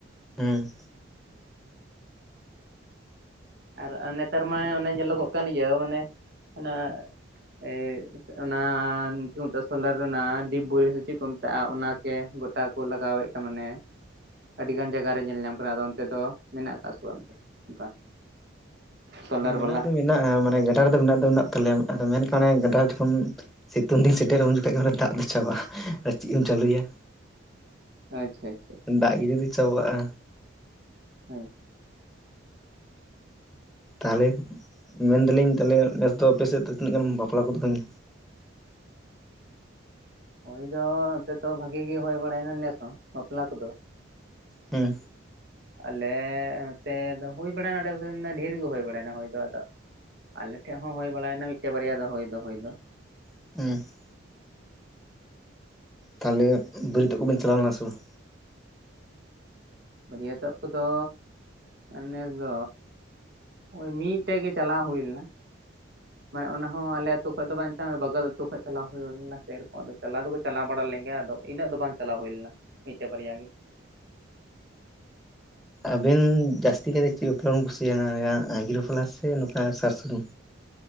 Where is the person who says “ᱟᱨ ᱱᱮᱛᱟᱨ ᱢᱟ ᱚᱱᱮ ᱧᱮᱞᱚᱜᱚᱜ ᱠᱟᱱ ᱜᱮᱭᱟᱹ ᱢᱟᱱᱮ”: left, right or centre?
Right